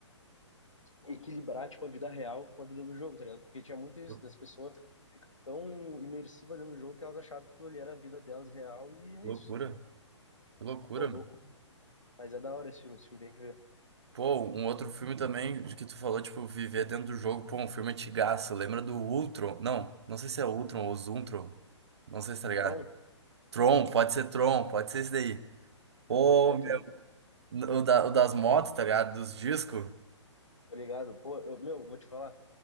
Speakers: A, on the left; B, on the right.
A: equilibrar, tipo, a vida real com a vida do jogo, tá ligado? Porque tinha muito isso
B: Lou-
A: das pessoas ficar tão imersiva dentro do jogo que elas achavam que aquilo ali era a vida delas real e é
B: Loucura,
A: isso.
B: que loucura,
A: Pô, louco,
B: mano.
A: mas é da hora esse filme, esse filme tem que ver.
B: Pô, um outro filme também de que tu falou, tipo, viver dentro do jogo. Pô, um filme antigaço. Lembra do Ultron? Não, não sei se é Ultron ou Zuntron. Não sei se tá
A: O
B: ligado.
A: Tron,
B: Tron, pode ser Tron, pode ser esse daí. Ou
A: Ah, eu
B: meu,
A: tô ligado
B: o, da- o das motos, tá ligado? Dos discos.
A: tô ligado. Pô, eu, meu, vou te falar.